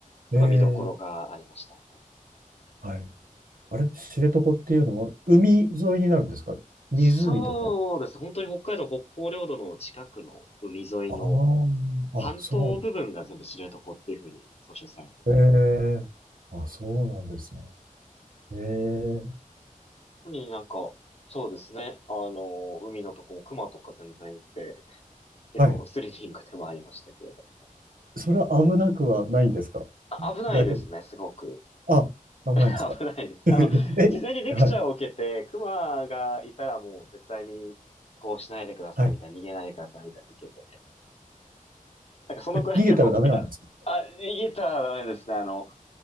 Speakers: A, on the right (about 80°); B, on the left (about 45°).
A: えー、
B: すごい見どころがありましたね。
A: はい。あれ、知床っていうのは、海沿いになるんですか湖とか。
B: そうです。本当に北海道北方領土の近くの海沿いの
A: ああ、
B: 半島部分が全部知床っていうふうに総称されてて、
A: あ、そうなんえー、あ、そうなんですね。えー、
B: 特になんか、そうですね。あの、海のとこも熊とか全然いて、結構スリリングでもありましたけれども。
A: はい。それは危なくはないんですか
B: あ危ないですね、
A: 大丈夫。
B: すごく。<laughs>
A: あ、危ないんですか。
B: 危ないです。
A: <laughs>
B: あの、
A: え、
B: 事前にレクチャーを受けて、
A: はい、
B: 熊がいたらもう絶対にこうしないでくださいみたいな、
A: はい。
B: 逃げないでくださいみたいなの受けて。なんかそのくらいの、
A: え逃げたらダメなんですか。
B: いや、あ、逃げたらダメですね。あの、